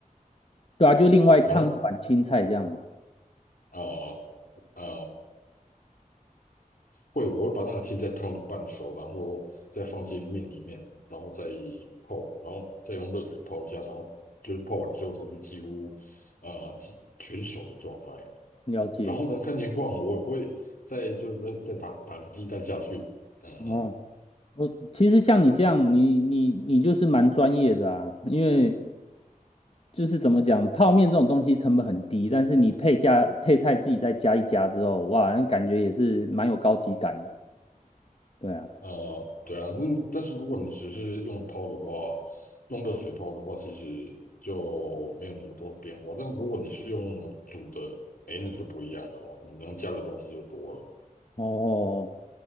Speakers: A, on the left (about 45°); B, on the left (about 80°).
A: 对啊，就另外烫一碗青菜这样吗？
B: 然后呃呃会，我会把那个青菜烫到半熟，然后再放进面里面，然后再泡，然后再用热水泡一下，然后就是泡完之后，它就几乎呃几全熟的状态。
A: 了解。
B: 然后呢，看情况，我也会再就是再打打个鸡蛋下去，嗯嗯
A: 哦。我其实像你这样，你你你就是蛮专业的啊，因为就是怎么讲，泡面这种东西成本很低，但是你配加配菜自己再加一加之后，哇，那感觉也是蛮有高级感的对啊，
B: 呃，对啊，那但是如果你只是用泡的话，用热水泡的话，其实就没有那么多变化。但如果你是用煮的，哎，那就不一样了哦，你能加的东西就多了。
A: 哦，